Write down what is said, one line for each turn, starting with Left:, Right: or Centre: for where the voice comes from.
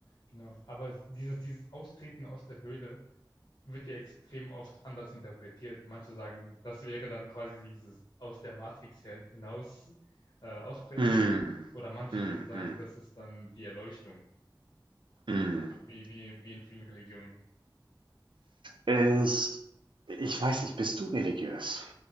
Left: genau. Aber es dieses dieses Austreten aus der Höhle, wird ja extrem oft anders interpretiert. Manche sagen, das wäre dann quasi dieses aus der Matrix her- hinaus äh, ausbrechen.
Right: Mm,
Left: Oder manche
Right: mm,
Left: würden sagen, das ist dann die Erleuchtung.
Right: mm, mm.
Left: Also wie, wie, wie in vielen Religionen.
Right: Ich, ich weiß nicht, bist du religiös?